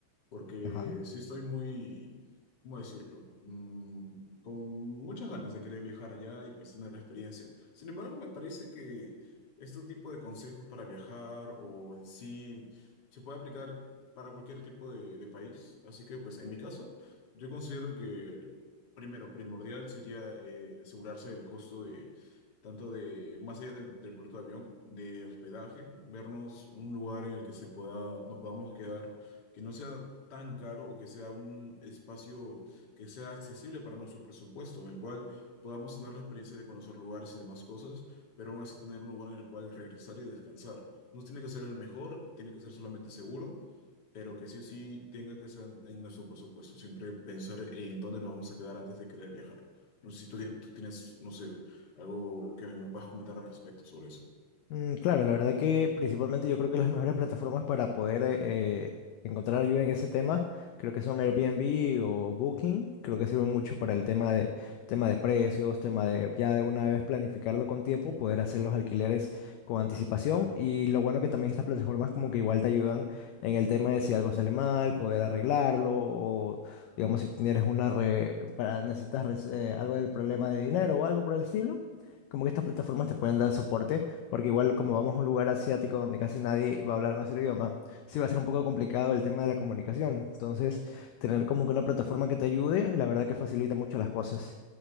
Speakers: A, on the left; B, on the left.
A: porque
B: Ajá.
A: sí estoy muy, ¿cómo decirlo? Mm, con muchas ganas de querer viajar allá y pues tener la experiencia. Sin embargo, me parece que este tipo de consejos para viajar o en sí se puede aplicar para cualquier tipo de, de país. Así que pues en mi caso, yo considero que primero, primordial sería eh, asegurarse del costo de... tanto de, más allá del, del boleto de avión, de hospedaje, vernos un lugar en el que se pueda, nos podamos quedar que no sea tan caro o que sea un espacio que sea accesible para nuestro presupuesto, en el cual podamos tener la experiencia de conocer lugares y demás cosas, pero aún así tener un lugar en el cual regresar y descansar. No tiene que ser el mejor, tiene que ser solamente seguro, pero que sí o sí tenga que ser en nuestro presupuesto. Siempre pensar en dónde nos vamos a quedar antes de querer viajar. No sé si tú tienes, tú tienes, no sé, algo que me puedas comentar al respecto sobre eso.
B: Mm, Claro, la verdad que principalmente yo creo que las mejores plataformas para poder eh, encontrar ayuda en ese tema, creo que son Airbnb o Booking, creo que sirven mucho para el tema de, tema de precios, tema de ya de una vez planificarlo con tiempo, poder hacer los alquileres con anticipación y lo bueno que también estas plataformas como que igual te ayudan en el tema de si algo sale mal, poder arreglarlo o digamos si tienes una re- para necesitas res- eh, algo del problema de dinero o algo por el estilo. Como que estas plataformas te pueden dar soporte porque igual como vamos a un lugar asiático donde casi nadie va a hablar nuestro idioma, sí va a ser un poco complicado el tema de la comunicación. Entonces, tener como que una plataforma que te ayude, la verdad que facilita mucho las cosas.